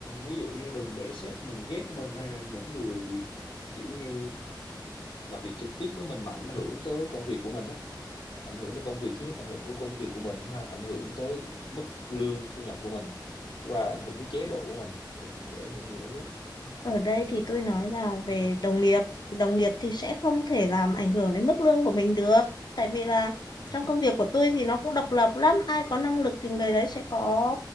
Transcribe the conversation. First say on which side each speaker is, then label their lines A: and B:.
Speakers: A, on the left; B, on the left.
A: ví dụ như đừng để sếp mình ghét mình hay là những người kiểu như làm việc trực tiếp với mình mà ảnh hưởng tới công việc của mình á ảnh hưởng tới công việc thứ nhất ảnh hưởng của công việc của mình thứ hai ảnh hưởng tới mức lương thu nhập của mình và ảnh hưởng tới chế độ của mình đừng để những người đó ghét
B: ở đây thì tôi nói là
A: ừ
B: về đồng nghiệp thì đồng nghiệp thì sẽ không thể làm ảnh hưởng đến mức lương của mình được tại vì là
A: ừ
B: trong công việc của tôi thì nó cũng độc lập lắm ai có năng lực thì người đấy sẽ có